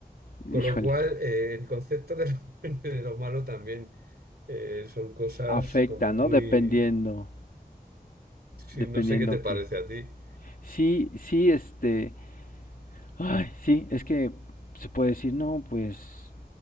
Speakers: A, on the left (about 60°); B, on the right (about 80°).
A: Híjole.
B: Con lo cual, eh, el concepto de lo, <laughs> bueno de lo malo también eh, son cosas
A: Afecta,
B: como
A: ¿no?
B: muy...
A: Dependiendo.
B: Sí,
A: Dependiendo
B: no sé qué te parece
A: qué.
B: a ti.
A: Sí, sí, este. Ay, sí, es que se puede decir, no, pues.